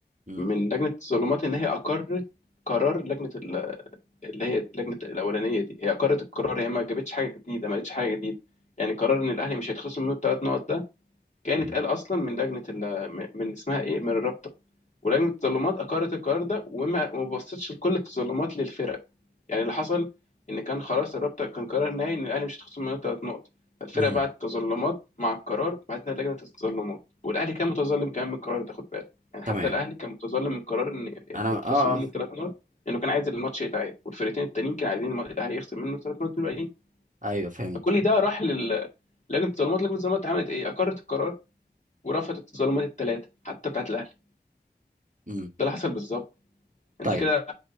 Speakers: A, on the right; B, on the left.
A: امم
B: من لجنة التظلمات إن هي أقرت قرار لجنة ال- اللي هي لجنة الأولانية دي هي أقرت القرار هي ما جابتش حاجة جديدة ما قالتش حاجة جديدة يعني قرار إن الأهلي مش هيتخصم منه الثلاث نقط ده كان
A: امم
B: اتقال أصلا من لجنة ال- من من اسمها إيه من الرابطة ولجنة التظلمات أقرت القرار ده وما ما بصتش لكل التظلمات للفرق يعني اللي حصل ان كان خلاص الرابطه كان قرار نهائي ان الاهلي مش هيتخصم منه ثلاث نقط فالفرقه
A: امم
B: بعت تظلمات مع القرار بعتها لجنه التظلمات والاهلي كان متظلم كمان من القرار ده خد بالك يعني
A: تمام
B: حتى الاهلي كان متظلم من قرار ان ان
A: أنا
B: يتخصم
A: اه
B: منه
A: اه
B: ثلاث نقط لانه كان عايز الماتش يتعاد والفرقتين التانيين كانوا عايزين الم- الاهلي يخصم منه ثلاث نقط الباقيين
A: أيوه فهمت
B: فكل ده راح لل لجنه التظلمات لجنه التظلمات عملت ايه اقرت القرار ورفضت التظلمات الثلاثه حتى بتاعت الاهلي
A: امم
B: ده اللي حصل بالظبط انت
A: طيب
B: كده